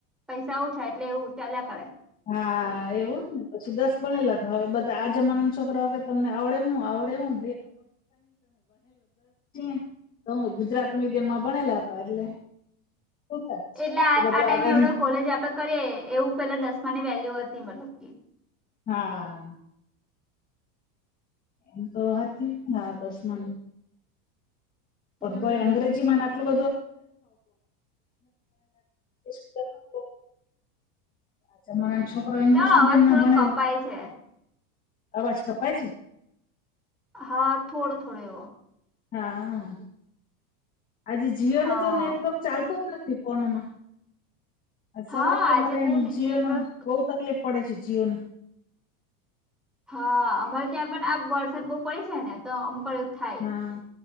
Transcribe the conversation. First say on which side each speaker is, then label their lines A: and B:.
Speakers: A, in the centre; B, on the left (about 20°).
A: પૈસા ઓછા એટલે એવું ચાલ્યા કરે
B: હા એવું જ ને પછી દસ ગણેલા તો હવે બધા આ જમાના છોકરાઓ કે તમને આવડે હું આવડે હું <unintelligible> તો હું ગુજરાતી મીડિયમ માં ભણેલા હતા એટલે સુતા જ છે
A: એટલે આ
B: એટલું બધું
A: આ ટાઈમે
B: આગળ
A: એ કોલેજ આપડે કરીએ એવું પેલા દસમાની વેલ્યુ હતી મતલબ કે
B: હા <unintelligible> પણ
A: હમ
B: કોઈ અંગ્રેજી માં ન આટલું <unintelligible> <inaudible> આ જમાના માં છોકરા ઈંગ્લિશ
A: તારો
B: મીડિયમ
A: અવાજ
B: માં
A: થોડો
B: ભણેલા
A: કપાય છે
B: અવાજ કપાય છે.
A: હા થોડો થોડો એવો
B: હા આજે જીઓ
A: હા
B: ન તો નેટવર્ક ચાલતો જ નથી ફોનમાં
A: હા
B: સવારથી
A: આજે
B: અમારે
A: બહુ
B: એમ
A: નેટવર્ક
B: જીઓ ન બહુ તકલીફ પડે છે જીઓને
A: હા અમારે ત્યાં પણ આ વરસાદ બહુ પડે છે ને તો અમુક થાય
B: હા